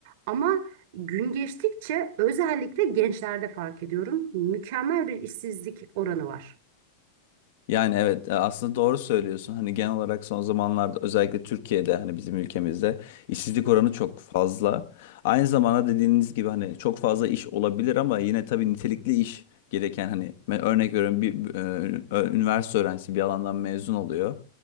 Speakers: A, on the right; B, on the left.
A: Ama gün geçtikçe özellikle gençlerde fark ediyorum. Mükemmel bir işsizlik oranı var.
B: Yani evet e, aslında doğru söylüyorsun. Hani genel olarak son zamanlarda özellikle Türkiye'de hani bizim ülkemizde işsizlik oranı çok fazla. Aynı zamanda dediğiniz gibi hani çok fazla iş olabilir ama yine tabii nitelikli iş gereken hani ben örnek veriyorum bir e, ü- üniversite öğrencisi bir alandan mezun oluyor.